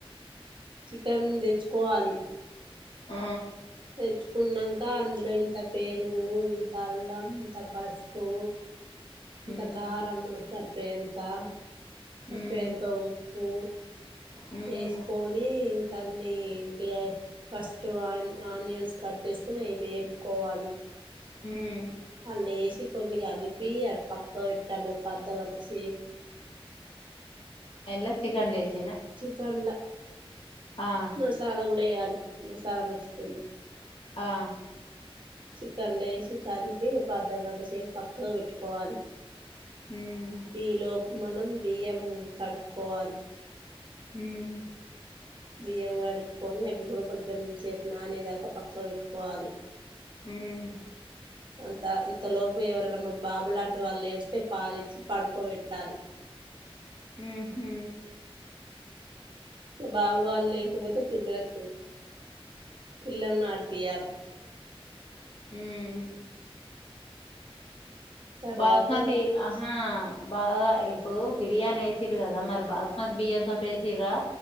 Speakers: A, on the right; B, on the left.
A: చికెన్ తెచ్చుకోవాలి
B: ఆ
A: తెచ్చుకున్నాక అందులో ఇంత పేరుగు ఇంత అల్లం ఇంత పసుపు ఇంత
B: ఉమ్
A: కారం మనక్ సర్ పేన్ త సరిపోయేంత
B: ఉమ్
A: ఉప్పు
B: ఉమ్
A: వేసుకొని ఇన్ తన్ని గ్లే ఫస్ట్ వన్ ఆనియన్స్ కట్ చేసుకుని అయ్ వేంపుకోవాలి
B: ఉమ్
A: అళ్ళు వేసి కొన్ని కలిపి అవి పక్క పెట్టాలి ఒక అర్ధ గంట సేపు
B: ఎన్ల చికన్ లేస్
A: చికన్లా
B: ఆ
A: మసాలా కూడా వేయాలి మసాలా మరిచిపోయినా
B: ఆ
A: చికన్ లేసి కలిపి ఒక అర్ధగంట సేపు పక్క పెట్టుకోవాలి
B: ఉమ్
A: ఈ లోపు మనం బియ్యం కడుకోవాలి
B: ఉమ్
A: బియ్యం కడుక్కో ని అవి కూడా కొంచెం సేపు నానే దాకా పక్క పెట్టుకోవాలి
B: ఉమ్
A: అంత ఇంతలోపు ఎవరైనా మా బాబు లాంటి వాళ్ళు ఏడిస్తే పాలిచ్చి పడుకోబెట్టాలి
B: ఉంహు
A: బాబు వాళ్ళు లేకపోతే పిల్లలకు పిల్లలను ఆడిపియాలిే
B: ఉమ్
A: తర్వాత
B: బాస్మతి ఆహా బాగా ఇప్పుడు బిర్యానీ వేసిరు కదా మరి బాస్మతి బియ్యం తోటి వేసిరా